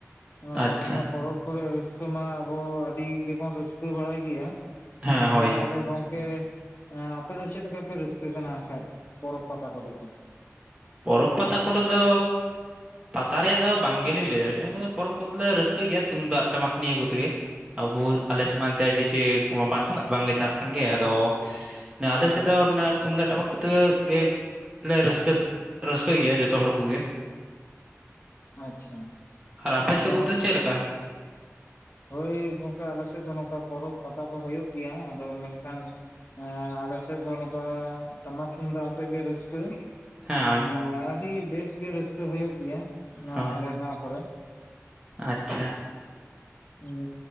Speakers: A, on the left; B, on the right.
A: ᱚᱱᱟ
B: ᱟᱪᱪᱷᱟ
A: ᱯᱚᱨᱚᱵᱽ ᱠᱚᱨᱮ ᱨᱟᱹᱥᱠᱟᱹ ᱢᱟ ᱟᱵᱚ ᱟᱹᱰᱤ ᱜᱮᱵᱚᱱ ᱨᱟᱹᱥᱠᱟᱹ ᱵᱟᱲᱟᱭ ᱜᱮᱭᱟ᱾
B: ᱦᱮᱸ
A: ᱟᱫᱚ
B: ᱦᱳᱭ
A: ᱛᱟᱦᱚᱞᱮ ᱜᱚᱝᱠᱮ ᱦᱮᱸ ᱟᱯᱮ ᱫᱚ ᱪᱮᱫ ᱞᱮᱠᱟ ᱯᱮ ᱨᱟᱹᱥᱠᱟᱹ ᱠᱟᱱᱟ ᱠᱷᱟᱡ, ᱯᱚᱨᱚᱵᱽ ᱯᱟᱛᱟ ᱠᱚᱨᱮ ᱫᱚ?
B: ᱯᱚᱨᱚᱵᱽ ᱯᱟᱛᱟ ᱠᱚᱨᱮ ᱫᱚ ᱯᱟᱛᱟ ᱨᱮᱭᱟᱜ ᱫᱚ ᱵᱟᱝ ᱜᱮᱞᱤᱧ ᱞᱟᱹᱭ ᱫᱟᱲᱮᱭᱟᱜ ᱠᱟᱱᱟ ᱯᱚᱨᱚᱵᱽ ᱠᱚᱨᱮ ᱞᱮ ᱨᱟᱹᱥᱠᱟᱹᱭ ᱜᱮᱭᱟ ᱛᱩᱢᱫᱟᱜ, ᱴᱟᱢᱟᱠ, ᱱᱤᱭᱟᱹ ᱠᱚᱛᱮᱜᱮ ᱟᱵᱚ, ᱟᱞᱮ ᱥᱮᱫ ᱢᱟ ᱮᱱᱛᱮ ᱰᱤᱡᱮ ᱠᱚᱢᱟ ᱵᱟᱝ ᱪᱟᱞᱟᱜ ᱵᱟᱝᱜᱮ ᱪᱟᱞᱟᱜ ᱠᱟᱱ ᱜᱮ ᱟᱫᱚ ᱟᱞᱮ ᱥᱮᱫ ᱫᱚ ᱱᱟ ᱛᱩᱢᱫᱟᱜ ᱴᱟᱢᱟᱠ ᱠᱚᱛᱮ ᱜᱮᱞᱮ ᱨᱟᱹᱥᱠᱟᱹᱥ ᱨᱟᱹᱥᱠᱟᱹᱭ ᱜᱮᱭᱟ ᱡᱚᱛᱚ ᱦᱚᱲ ᱠᱚᱜᱮ᱾
A: ᱟᱪᱪᱷᱟ
B: ᱟᱨ ᱟᱯᱮ
A: ᱟᱫᱚ
B: ᱥᱮᱫ ᱠᱚᱫᱚ ᱪᱮᱫ ᱞᱮᱠᱟ?
A: ᱦᱳᱭ ᱜᱚᱝᱠᱮ ᱟᱞᱮ ᱥᱮᱫ ᱫᱚ ᱱᱚᱝᱠᱟ ᱯᱚᱨᱚᱵᱽ ᱯᱟᱛᱟ ᱠᱚ ᱦᱚᱭᱳᱜ ᱜᱮᱭᱟ ᱟᱫᱚ ᱢᱮᱱᱠᱷᱟᱱ ᱮᱸ ᱟᱞᱮᱥᱮᱫ ᱫᱚ ᱱᱚᱝᱠᱟ ᱴᱟᱢᱟᱠ ᱛᱩᱢᱫᱟᱜ ᱟᱛᱮᱜ ᱜᱮ ᱨᱟᱹᱥᱠᱟᱹ
B: ᱦᱮᱸ ᱦᱳᱭ
A: ᱮᱸ ᱟᱹᱰᱤ ᱵᱮᱥ ᱜᱮ ᱨᱟᱹᱥᱠᱟᱹ ᱦᱳᱭᱳᱜ ᱜᱮᱭᱟ, ᱱᱚᱣᱟ
B: ᱦᱳᱭ
A: ᱟᱞᱮ ᱱᱚᱣᱟ ᱠᱚᱨᱮ᱾
B: ᱟᱪᱪᱷᱟ᱾
A: ᱦᱮᱸ